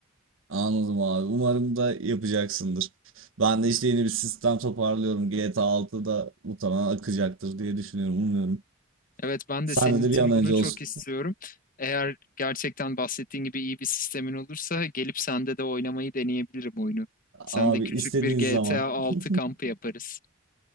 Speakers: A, on the right; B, on the left.
A: anladım abi. Umarım da yapacaksındır. Ben de işte yeni bir sistem toparlıyorum. GTA 6'da muhtemelen akacaktır diye düşünüyorum. Umuyorum.
B: Evet ben
A: Sende
B: de senin
A: de
B: için
A: bir an önce
B: bunu çok
A: olsun.
B: istiyorum. Eğer gerçekten bahsettiğin gibi iyi bir sistemin olursa gelip sende de oynamayı deneyebilirim oyunu. Sende
A: Abi
B: küçük
A: istediğin
B: bir GTA
A: zaman.
B: 6
A: <laughs>
B: kampı yaparız.